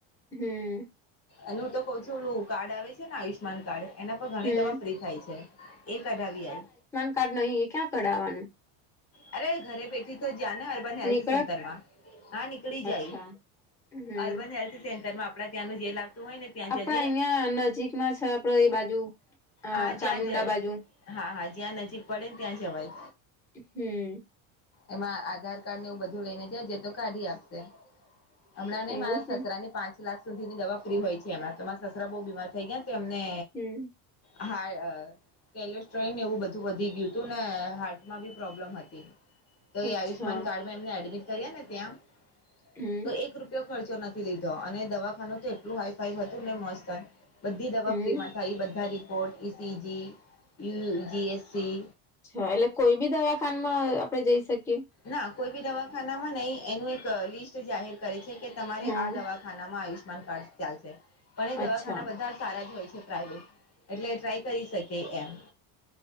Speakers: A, in the centre; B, on the left (about 30°).
A: હમ.
B: અને હું તો કઉ છું ઓલુ કાર્ડ આવે છે ને આયુષ્યમાન કાર્ડ એના પણ ઘણી
A: હમ
B: દવા ફ્રી થાય છે એ કઢાવી આઈ
A: કાડૅ નહી ઇ ક્યાં કઢાવવાનું
B: અરે ઘરે બેઠી તો જયા ને અર્બન હેલ્થ
A: નીકળે
B: સેન્ટર માં હા નીકળી જાય
A: અચ્છા હમ
B: અર્બન હેલ્થ સેન્ટરમાં આપડાે ત્યાંનું જે લાગતું હોય ને ત્યાં
A: આપણા
B: જજે
A: અહિયાં નજીકમાં છે આપડે ઇ બાજુ હ
B: હા જ્યાં
A: ચામુંડા
B: જીયા
A: બાજુ
B: હા હા જ્યાં નજીક પડે ન ત્યાં જવાય.
A: હમ્મ.
B: એમાં આધાર કાર્ડ ને એવું બધું લેઈને જાજે તો કાઢી આપશે. અમણાં નઈ
A: એવું
B: મારા
A: છે
B: સસરા ની પાંચ લાખ સુધીની દવા ફ્રી હોય છે હમણા તો માર સસરા બો બીમાર થઈ ગયા તો એમને
A: હમ
B: આ હા કેલોઇસ્ટ્રોઇન ને એવું બધું વધી ગ્યું તું ને હાર્ટમાં બી પ્રોબ્લમ હત. તો
A: અચ્છા
B: એ આયુષમાન કાર્ડ મા એમેને એડબીટ કર્યા ને ત્યાં
A: હમ્મ.
B: તો એક રૂપયો ખર્ચો નથી લીધો અને દવાખાનું તો એટલું હાઈ ફાઈ હતું ને મસ્ત. બધ્ધી દવા
A: હમ
B: ફ્રીમાં થાય ઇ બધ્ધા રિપોર્ટ ઈ સીજી ઇલજી એસ સી.
A: છા એટલે કોઈ બી દવાખાનમાં આપડે જઈ શકીએ.
B: ના કોઈ બી દવાખાનામાં નઈ એનું એક લિસ્ટ જાહેર કરે છે કે તમારે
A: હમ
B: આ દવા આનામાં આયુષમાન કાર્ડ ચાલશે પણ એ દવાખાના
A: અચ્છા
B: બધા સારા જ હોય છે પ્રાઇવેટ એટલે ટ્રાય કરી શકીએ એમ